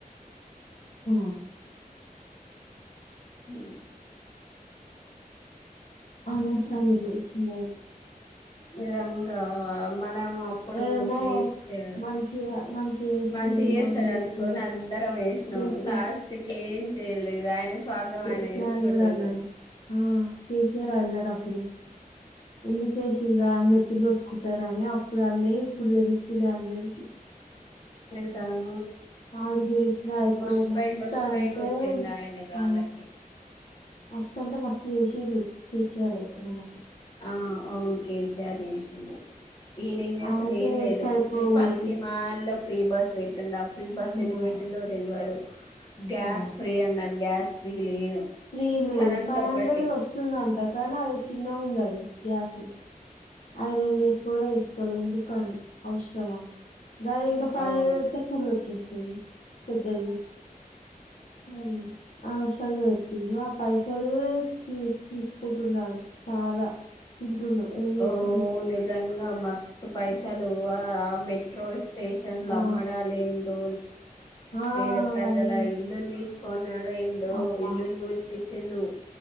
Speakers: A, on the left; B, on the left.
A: ఆ
B: హ
A: అనవసరంగా గెలిచిందది
B: నిజంగా అప్పుడు
A: ఏమో
B: కె సి అర్
A: మంచిగా మంచిగా చేస్తాడేమో
B: మంచి చేస్తాడు
A: అని చెప్పి
B: అనుకోని అందరం వేసినాం
A: చేస్తే
B: లాస్ట్కి ఏం చేయలేదు ఆయన స్వార్థం
A: కె
B: ఆయన
A: సీ
B: చూసుకుంటుండు
A: ఆర్ కూడా అన్నాడు ఆ కె సీ ఆర్ అన్నాడు అ ప్పుడు ఎందుకు వసిండ్రా అన్న ఎత్తులు కొట్టుకుంటారా అని అప్పుడు అన్న ఇప్పుడు తెలుస్తుంది అందరికి
B: ని సంగ
A: ఆడు గెలిచినా అయిపో
B: మురిసిపోయి
A: మస్తా
B: మురిసిపోయి
A: అంటే
B: కొట్టిండు ఆయన గాళ్ళకి
A: ఆ మస్త్ అంటే మస్త్ చేసిల్లు కె సి ఆర్ అయితే నన్ను అయితే
B: ఆ అవును కే సీ ఆర్ చేసిండు ఈయనేం చేస్తనేలేడు
A: ఆయనకే వేస్తే అయిపో
B: ఉత్తి పనికిమాలిన
A: ఓటు
B: ఫ్రీ బస్ వెట్టిండ అప్ ఫ్రీ బస్ ఎందుకు
A: ఆ
B: వేట్టిండో తెలివదు గ్యాస్
A: ఆ,
B: ఫ్రీ అన్నారు గ్యాస్ ఫ్రీ లేదు
A: ఫ్రీ లేదు
B: కరెంట్
A: ఫైవ్
B: ఒకటి
A: హండ్రెడ్ ది ఓస్తుందంట కనీ అది చిన్నగా ఉన్నది గ్యాస్ ఎ అది మేము దీసుకోలే ఎసుకోలే ఎందుకు అని అవసరమా గదే ఇంకా పానెల్
B: అవును
A: వెడితే పూల్ ఓచ్చేస్తది పెద్దది ఉ అనవసరంగా వెట్టిడు ఆ పైసలు తి తీసుకుంటున్నాడయన చాలా ఉండు ఏంచేస్తుం
B: ఓ నిజంగా మస్త్ తు పైసలు ఆ మెట్రోస్, స్టేషన్ లో
A: ఆ
B: అమ్మడలు. లా ఏందో
A: ఆ
B: పేద ప్రజల
A: అవన్నీ
B: ఇల్లులు తీసుకో, కొనే రెండు
A: అమ్మా
B: ఇల్లు కులిపిచ్చిండు,